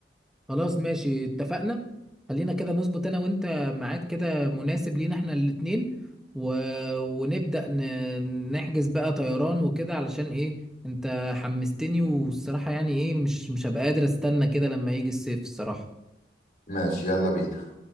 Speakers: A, in the centre; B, on the left (about 50°).
A: خلاص ماشي اتفقنا خلينا كده نظبط انا وانت ميعاد كده مناسب لينا احنا الاتنين و... ونبدأ ن... نحجز بقى طيران وكده علشان ايه انت حمستني والصراحة يعني ايه مش مش هبقى قادر استنى كده لما يجي الصيف الصراحة
B: ماشي يلا بينا